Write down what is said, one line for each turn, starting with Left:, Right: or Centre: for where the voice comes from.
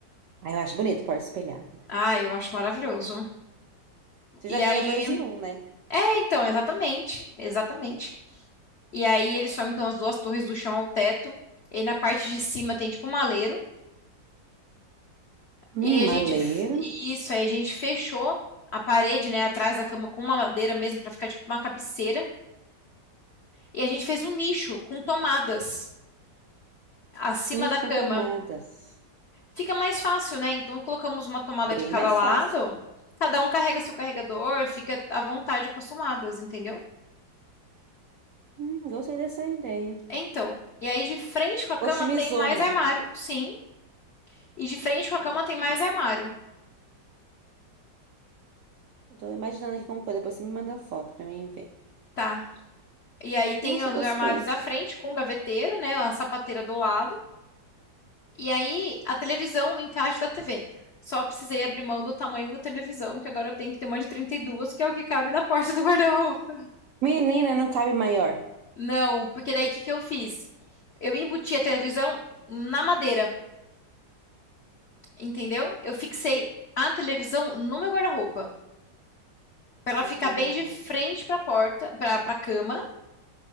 Right: Ah, eu acho bonito porta espelhada.
Left: Ah, eu acho maravilhoso.
Right: Você
Left: E
Right: já
Left: aí,
Right: ganha dois e um, né?
Left: é, então, exatamente, exatamente. E aí ele sobe então as duas torres do chão ao teto. E na parte de cima tem tipo um maleiro.
Right: Hum,
Left: E aí a
Right: maleiro,
Left: gente, f- isso, aí a gente fechou a parede, né, atrás da cama com uma madeira mesmo pra ficar tipo uma cabeceira. E a gente fez um nicho com tomadas acima
Right: nicho
Left: da cama.
Right: com tomadas.
Left: Fica mais fácil, né? Então colocamos uma tomada
Right: Bem
Left: de cada
Right: mais
Left: lado,
Right: fácil.
Left: cada um carrega seu carregador, fica à vontade com as tomadas, entendeu?
Right: Hum, gostei dessa ideia.
Left: Então, e aí de frente com a cama
Right: Otimizou,
Left: tem mais
Right: né?
Left: armário, sim. E de frente
Right: Hum,
Left: com a cama
Right: Bacana.
Left: tem mais armário,
Right: Tô imaginando aqui como coisa, depois você me manda foto pra mim ver.
Left: tá? E aí tem
Right: Nossa,
Left: os
Right: gostei.
Left: armários à frente com gaveteiro, né? A sapateira do lado. E aí a televisão, o encaixe da TV. Só precisei abrir mão do tamanho da televisão, que agora eu tenho que ter uma de 32, que é o que cabe na porta do guarda-roupa.
Right: Menina, não cabe maior.
Left: Não, porque daí o que que eu fiz? Eu embuti a televisão na madeira, entendeu? Eu fixei a televisão no meu guarda-roupa, para ela
Right: Nossa,
Left: ficar
Right: guarda-roupa.
Left: bem de frente para a porta, para para cama.